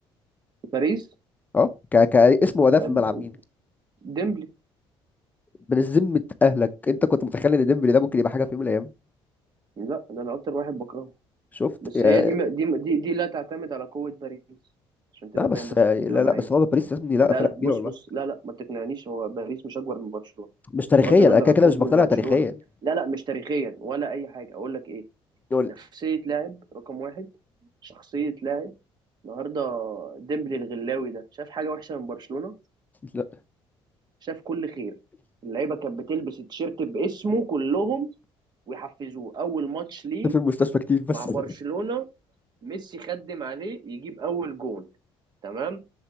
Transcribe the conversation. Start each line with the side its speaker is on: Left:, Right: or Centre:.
Right: باريس
Left: اه ك... كاسم واداء
Right: آه،
Left: في الملعب مين
Right: ديمبلي
Left: من ذمة اهلك انت كنت متخيل ان ديمبلي ده ممكن يبقى حاجه في يوم من الايام
Right: لا ده انا اكتر واحد بكرهه
Left: شفت
Right: بس
Left: يا...
Right: هي دي دي دي, دي لا تعتمد على قوه باريس عشان تبقى
Left: لا بس
Right: فاهم بس
Left: لا
Right: تبقى معايا
Left: لا بس هو باريس يا ابني لا
Right: لا
Left: فرقه
Right: لا
Left: كبيره
Right: بص
Left: والله
Right: بص لا لا ما تقنعنيش هو باريس مش اكبر من برشلونه
Left: مش تاريخيا
Right: بغض النظر
Left: انا كده
Right: عن
Left: كده
Right: حبي
Left: مش مقتنع
Right: لبرشلونه
Left: تاريخيا
Right: لا لا مش تاريخيا ولا اي حاجه اقول لك ايه
Left: يقول
Right: نفسية لاعب رقم واحد شخصية لاعب النهاردة ديمبلي الغلاوي ده شاف حاجة وحشة من برشلونة
Left: لا
Right: شاف كل خير اللعيبة كانت بتلبس التيشيرت باسمه كلهم ويحفزوه أول ماتش ليه
Left: <laughs> في المستشفى كتير بس
Right: مع برشلونة
Left: <laughs>
Right: ميسي خدم عليه يجيب أول جون تمام